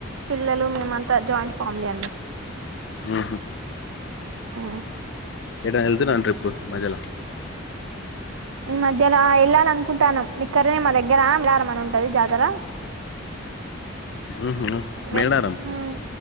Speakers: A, on the right; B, on the left.
A: పిల్లలు మేమంతా జాయింట్ ఫ్యామిలీ అండి
B: ఉహు
A: ఆ
B: ఎట వెళ్తున్నాను ట్రిప్పు మజల
A: ఉమ్ మధ్యల వెళ్ళాలి అనుకుంటానం ఇక్కడనే మా దగ్గర అమరారం ఉంటది జాతర
B: ఉహు
A: వెల్
B: మేడారం
A: ఉమ్